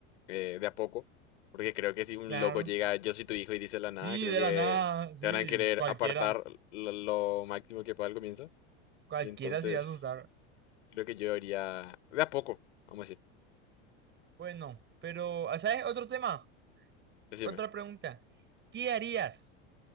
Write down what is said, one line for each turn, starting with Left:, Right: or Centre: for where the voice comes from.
Left: eh, de a poco, porque creo que si un
Right: claro.
Left: loco llega, yo soy tu hijo y dice la nada,
Right: Sí,
Left: creo
Right: de
Left: que
Right: la nada, sí,
Left: te van a querer
Right: cualquiera,
Left: apartar lo, lo máximo que pueda al comienzo,
Right: cualquiera
Left: y entonces
Right: se iba a asustar.
Left: creo que yo iría de a poco, vamos a decir,
Right: Bueno, pero, ah, ¿sabes? Otro tema,
Left: decime
Right: otra pregunta. ¿Qué harías,